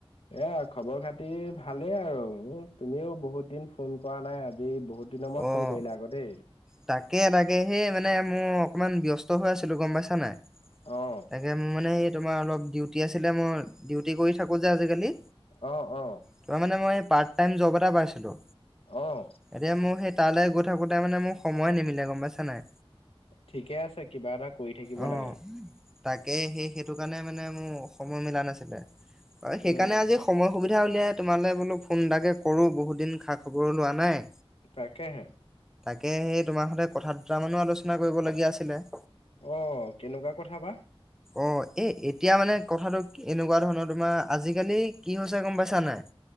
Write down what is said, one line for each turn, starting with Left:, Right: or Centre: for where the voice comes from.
Left: এয়া খবৰ খাতি ভালেই আৰু, তুমিও বহুত দিন ফোন কৰা নাই আজি বহুত দিনৰ মুৰত
Centre: অ',
Left: ফোন কৰিলা আকৌ দেই।
Centre: তাকে, তাকে সেই মানে মোৰ অকমান ব্যস্ত হৈ আছিলোঁ গম পাইছা নাই? তাকে,
Left: অ
Centre: মোৰ মানে এই তোমাৰ অলপ ডিউটি আছিলে মই ডিউটি কৰি থাকোঁ যে, আজিকালি।
Left: অ', অ'।
Centre: তোমাৰ মানে মই পাৰ্ট টাইম জব এটা পাইছিলোঁ,
Left: অ অ
Centre: এতিয়া মই সেই তালে গৈ থাকোঁতে মানে মোক সময় নিমিলে গম পাইছা নাই?
Left: ঠিকে আছে কিবা এটা কৰি থাকিব
Centre: অ
Left: লাগে।
Centre: তাকে সেই, সেইটো কাৰণে মানে মোৰ সময় মিলা নাছিলে, অ', সেইকাৰণে
Left: উম।
Centre: আজি সময় সুবি ধা, উলিয়াই তোমালে বোলোঁ ফোন এটাকে কৰোঁ বহুত দিন খা খবৰো লোৱা নাই।
Left: তাকেহে।
Centre: তাকে, সেই তোমাৰ স'তে কথা দুটা মানো আলোচনা কৰিবলগীয়া আছিলে।
Left: অ', কেনেকুৱা কথা বা?
Centre: অ', এ-এতিয়া মানে কথাটো এনেকুৱা ধৰণৰ তোমাৰ আজিকালি কি হৈছে গম পাইছা নাই?